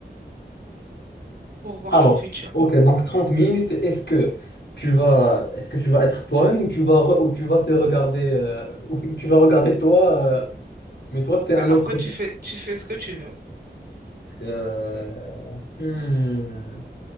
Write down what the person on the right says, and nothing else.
pour voir
ton futur.
Bah
après,
tu fais, tu fais ce que tu veux.